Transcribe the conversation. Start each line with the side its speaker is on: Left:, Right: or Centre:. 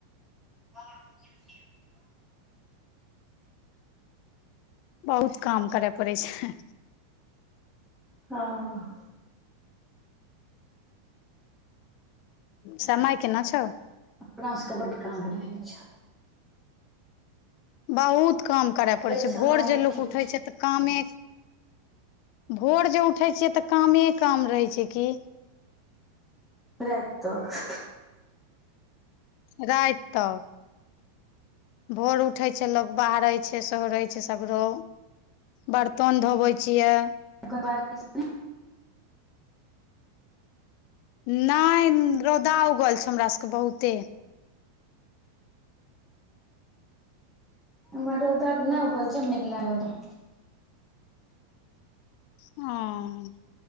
Centre: हँ-
Left: बहुत काम करए पड़ै छै।
Centre: हँ-
Left: समाय केना छौ?
Centre: अपना सभके बड्ड काम रहै छौ।
Left: बहुत काम करए पड़ै छै,
Centre: समय
Left: भोर जे लोक
Centre: ठीक
Left: उठै छै तऽ कामे भोर जे उठै छियै तऽ कामे काम रहै छै की।
Centre: राइत तक।
Left: राइत तक। भोर उठै छै लोक बाहरैछै सोहरै छै सगरो। बर्तन धोबै छियै।
Centre: <inaudible>
Left: नै रौदा उगल छै हमरा सबके बहुते।
Centre: इम्हर रौद नइ उगल छै मेग लागल रै।
Left: हं-